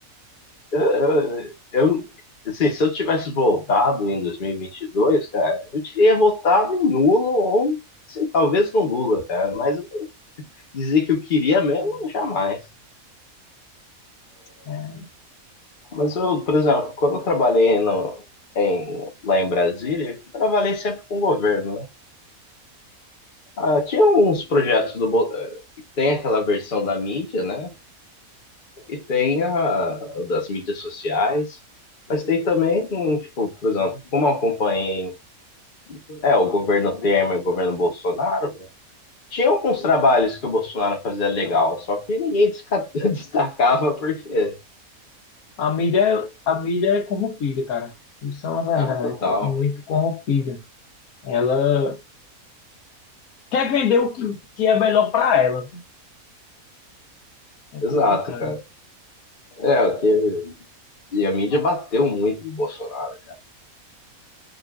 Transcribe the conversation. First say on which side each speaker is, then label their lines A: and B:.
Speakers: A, on the left; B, on the left.
A: Eu, eu, eu- assim, se eu tivesse voltado em dois mil e e vinte e dois cara, eu teria votado em nulo ou, sei, talvez no Lula, cara. Mas eu dizer que eu queria mesmo, jamais.
B: É,
A: Mas eu, por exemplo, quando eu trabalhei no, em, lá em Brasília, eu trabalhei sempre com o governo, né? Ah, tinha uns projetos do. Bo- eh, Tem aquela versão da mídia, né? E tem a das mídias sociais. Mas tem também, tipo, por exemplo, como eu acompanhei, é, o governo Temer, o governo Bolsonaro, né? tinha alguns trabalhos que o Bolsonaro fazia legal, só que ninguém desca- <laughs> destacava porque.
B: a mídia, a mídia é corrompida, cara. Isso é uma verdade,
A: Ah, total.
B: é co- muito corrompida. Ela quer vender o que, que é melhor pra ela. né? É
A: Exato,
B: complicado.
A: cara. É, o que. E a mídia bateu muito no Bolsonaro.